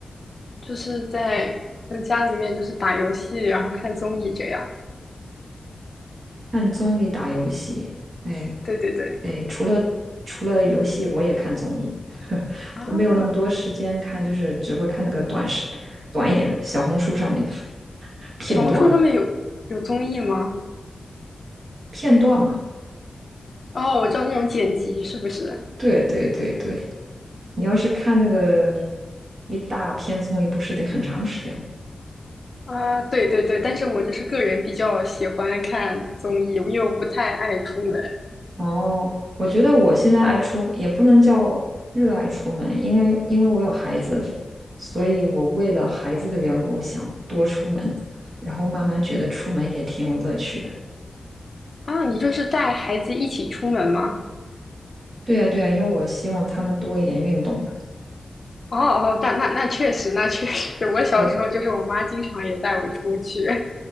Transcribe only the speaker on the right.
看综艺、打游戏。哎
哎，除了除了游戏，我也看综艺，<laughs>
我没有那么多时间看，就是只会看那个短视、短一点的小红书上面的 <laughs> 片段，
片段嘛。
对对对对，你要是看那个一大篇综艺，不是得很长时间吗？
哦，我觉得我现在爱出，也不能叫热爱出门，应该因为我有孩子，所以我为了孩子的缘故想多出门，然后慢慢觉得出门也挺有乐趣的。
对呀，对呀，因为我希望他们多一点运动嘛。
哦，